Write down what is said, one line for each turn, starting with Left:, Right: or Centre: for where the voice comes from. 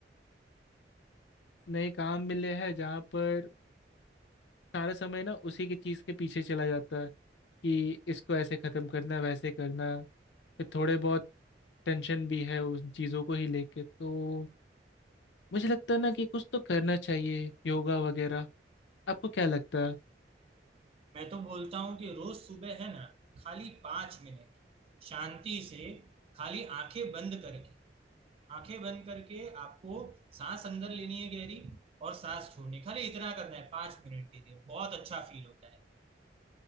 Left: नए काम मिले हैं जहाँ पर सारा समय ना उसी की चीज के पीछे चला जाता है कि इसको ऐसे खत्म करना वैसे करना फिर थोड़े बहुत टेंशन भी है उन चीजों को ही लेके तो मुझे लगता है ना कि कुछ तो करना चाहिए योगा वगैरह आपको क्या लगता है
Right: मैं तो बोलता हूँ कि रोज सुबह है ना खाली पांच मिनट शांति से खाली आंखें बंद करके आंखें बंद करके आपको सांस अंदर लेनी है गहरी और सांस छोड़नी खाली इतना करना है पांच मिनट के लिए बहुत अच्छा फील होता है